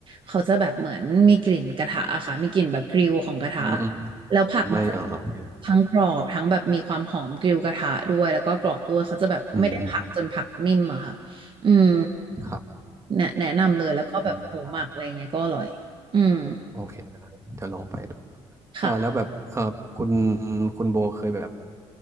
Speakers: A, on the right; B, on the right.
A: เขาจะแบบเหมือนมีกลิ่นกระทะอะค่ะมีกลิ่นแบบกริลของกระทะ
B: อืมอืม
A: แล้วผักมันจะ
B: ไม่อ่าโอเคครับ
A: ทั้งกรอบทั้งแบบมีความหอมกริลกระทะด้วยแล้วก็กรอบด้วยเขาจะแบบไม่ได้ผักจนผักนิ่มอะค่ะ
B: อืมอืม
A: อืม
B: ครับ
A: แนะแนะนำเลยแล้วก็แบบหมูหมักอะไรเงี้ยก็อร่อยอืม
B: อืมได้โอเคได้เดี๋ยวลองไปดู
A: ค่ะ
B: เออแล้วแบบเออคุณคุณโบเคยแบบ